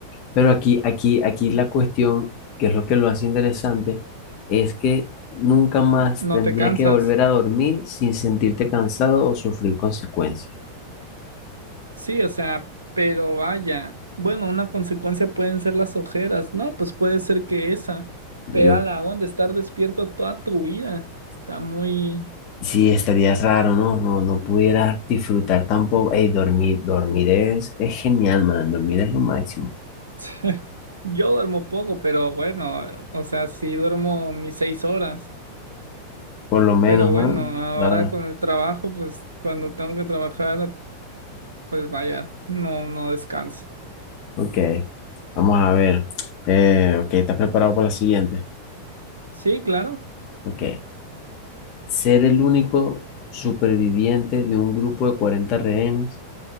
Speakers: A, on the left; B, on the right.
A: Pero aquí, aquí, aquí la cuestión, que es lo que lo hace interesante, es que nunca más
B: No
A: tendrías
B: te cansas.
A: que volver a dormir sin sentirte cansado o sufrir consecuencias.
B: Sí, o sea, pero vaya. Bueno, una consecuencia pueden ser las ojeras. No, pues puede ser que esa.
A: Yo
B: Pero a la onda, estar despierto toda tu vida. Está muy...
A: Sí, estaría raro, ¿no? No, no pudiera disfrutar tampoco. Ey, dormir, dormir es, es genial, man. Dormir es lo máximo.
B: <laughs> Yo duermo poco, pero bueno, o sea, sí duermo mis seis horas.
A: Por lo menos,
B: Pero bueno,
A: ¿no?
B: ahora
A: Claro.
B: con el trabajo, pues cuando tengo que trabajar, pues vaya, no, no descanso.
A: Ok. Vamos a ver. Eh, ok, ¿estás preparado para la siguiente?
B: Sí, claro.
A: Ok. Ser el único superviviente de un grupo de 40 rehenes